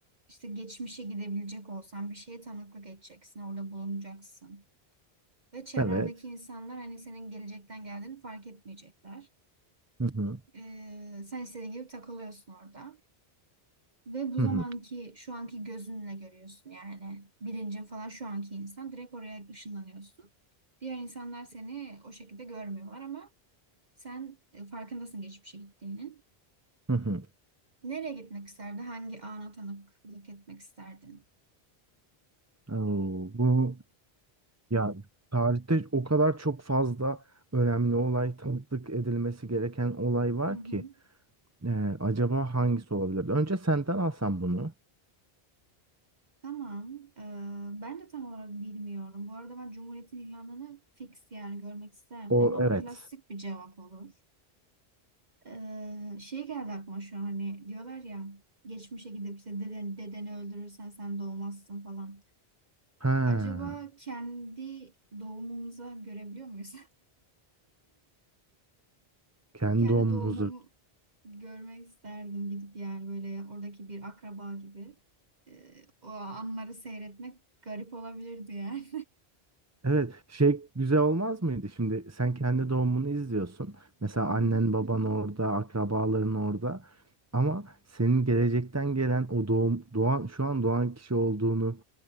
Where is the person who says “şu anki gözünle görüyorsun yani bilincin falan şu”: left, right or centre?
Right